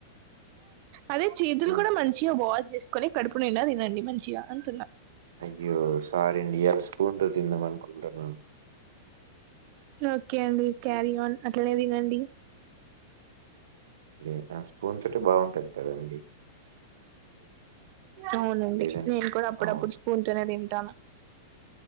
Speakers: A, on the right; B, on the right.
A: అదే చేతులు
B: హ్మ్.
A: కూడా మంచిగా వాష్ చేసుకోని కడుపు నిండా తినండి మంచిగా అంటున్నా
B: అయ్యో సారి అండి ఎయల్ స్పూన్ తో తిందామానుకుంటున్న
A: ఓకే అండి క్యారీ ఆన్ అట్లనే తినండి
B: లే ఆ స్పూన్ తోటి బాగుంటది కదండి
A: అవునండి
B: లేదండి
A: నేను కూడా అప్పుడప్పుడు
B: అవును.
A: స్పూన్ తోనే దిన్ ట్టను